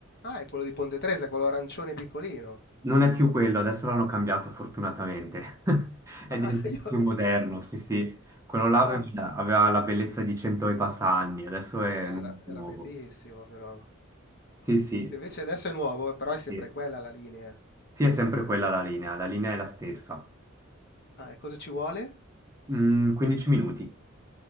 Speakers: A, on the left; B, on the right.
A: Ah, è quello di Ponte Tresa, quello arancione piccolino.
B: Non è più quello, adesso l'hanno cambiato fortunatamente. <laughs> È
A: Ah,
B: diventato
A: <laughs> io...
B: più moderno, sì, sì. Quello là
A: Ah,
B: aveva, aveva la bellezza di cento e passa anni, adesso è
A: cara,
B: nu- nuovo.
A: era bellissimo però.
B: Sì, sì,
A: Invece adesso è nuovo, eh, però è sempre
B: sì.
A: quella la linea.
B: Sì, è sempre quella la linea, la linea è la stessa.
A: Ah, e cosa ci vuole?
B: Mm, 15 minuti.